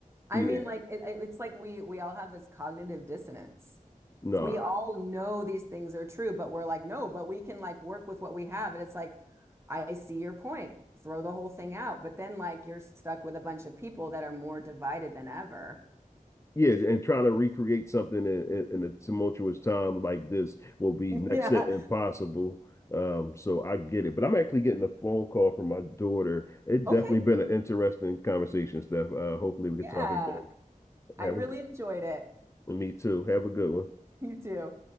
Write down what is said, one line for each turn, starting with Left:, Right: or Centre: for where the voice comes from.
Right: I
Left: yeah
Right: mean, like it, it- it's like we we all have this cognitive dissonance.
Left: no
Right: We all know these things are true, but we're like, no, but we can like work with what we have. And it's like, I see your point. Throw the whole thing out. But then like you're stuck with a bunch of people that are more divided than ever.
Left: yeah, and trying to recreate something in, in, in a tumultuous time like this will be
Right: <laughs>
Left: next
Right: Yeah.
Left: to impossible. Um, so I get it, but I'm actually getting a phone call from my daughter. It's definitely
Right: Okay.
Left: been an interesting conversation, Steph. Uh, hopefully we can
Right: Yeah.
Left: talk again.
Right: I
Left: Have
Right: really
Left: a good,
Right: enjoyed it.
Left: me too. Have a good one.
Right: You too.